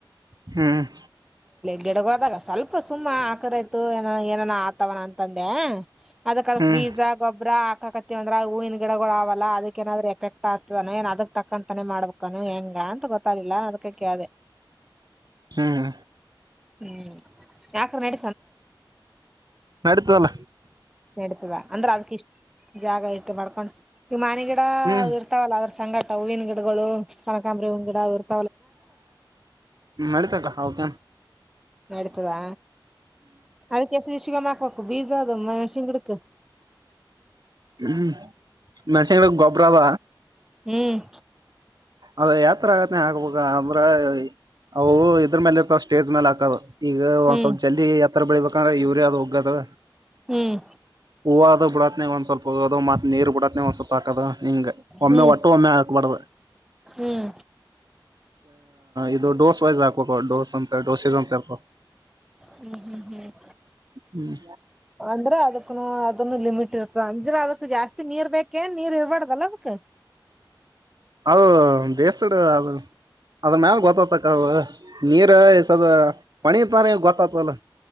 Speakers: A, on the right; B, in the centre.
A: ಹ್ಮ್
B: ಗಿಡಗ ಹೋದಾಗ ಸ್ವಲ್ಪ ಸುಮ್ಮ ಆಕರ ಆ್ತ ಏನ ಏನ ಆತವನ ಅಂತಂದೆ. ಅದಕ್ಕದಕ್
A: ಹ್ಮ್
B: ಬೀಜ ಗೊಬ್ಬ್ರ ಹ. ಕತ್ತತಿವಂದ್ರೆ ಹೂವಿನ ಗಿಡಗಳು ಅವೆಲ್ಲ ಅದಕ್ಕ ಏನಾದ್ರ ಎಫೆಕ್ಟ್ ಆಗ್ತದೋಏ ಅದಕ್. ಅಕ್ಕಂತಾನೇ ಮಾಡ್ಬೇಕಾನ ಹೆಂಗ ಅಂತ ಗೊತ್ತಾಗಿಲ್ಲ ಅದಕ ಕ
A: ಹ್ಮ್
B: ಹ್ಮ್ ಯಾಕೆ ನಡ
A: ಅತಲ್ಲ
B: ನೆಡತವ ಅಂದ್ರ ಅದ್ ಇಷ್ಟ ಜಾಗ ಇಟ್ಟು ಮಾಡ್ಕೊಂಡ್ ಮನೆಗಿಡ
A: ಹ್ಮ್
B: ಇರ್ತಾವಲ್ಲ ಸಂಗಾಟ ಹೂವಿನ ಗಿಡಗಳು ಕನಕಾಂಬ್ರ ಹ್ ಗಿಡ ಇ
A: ಮಾಡತಕ ಹೌದ
B: ನಡತದಾ ಅದಕ್ಕೆಸ ಶಮಕ್ಬೇಕು ಬೀಸಾ ಅದ ಮೆಷನ್ಂಗಿಡಕ್
A: ಹ್ಮ್ ಮಸಡೆ ಗೊಬ್ಬರಾವ
B: ಹ್ಮ್
A: ಅದ ಯತ್ರ ಆಗತ್ತ ಆಗ್ಬ ಅಂದ್ರೆ ಅವು ಇದ್ರ ಮೇಲೆ ಇರ್ತಾವ ಸ್ಟೇಜ್ ಮೇಲೆ ಹಾಕದು ಈಗ
B: ಹ್ಮ್
A: ಒಂದ್ ಸ್ವಲ್ಪ ಜಲ್ ಬೆಳಿಬೇಕದರ ಯೂರಿಯ ಹೋಗದು
B: ಹ್ಮ್ ಹ್ಮ್
A: ಹೂವ ಅದೂ <inaudible> ಒಂದ್ ಸ್ವಲ್ಪದುತ್ ನೀರ್ ಬಿಡತ್ತೆ ಒಂದ ಸ್ವಲ್ಪ. ಪಕದಾ ನೀಂಗ ಒಮ್ಮೆ
B: ಹ್ಮ್
A: ಒಟ್ಟ ಒಮ್ಮೆ ಆಗಕಬಡದ.
B: ಹ್ಮ್
A: ಇದು ಡೋಸ್ ವೈಸ್ ಹಾಕ್ಬೇಕ ಡೋಸ್ ಅಂತ ಡೋಸೆಸ್ ಅಂತರ್.
B: ಹ್ಮ್ ಹ್ಮ್ ಹ್ಮ್
A: ಹ್ಮ್
B: ಅಂದ್ರೆ ಅದಕ್. ಅದನ್ನು ಲಿಮಿಟ್ ಇರ್ತ ಅಂದ್ರೆ ಅದಕ್ ಜಾಸ್ತಿ ನೀರ್ ಬೇಕೇನ್ ನೀರ್ ಇರಬಾರ್ದಲ್ಲ ಅದಕ್.
A: ಅದ ಬೇಸ್ಡು ಅದು. ಅದ ಮ್ಯಾಲ ಗೊತ್ತತಕ್ಕ ಅವ ನೀರ್ಸದ ಪಣಿ ತ ಗೊತ್ತಾತವಲ್ಲ.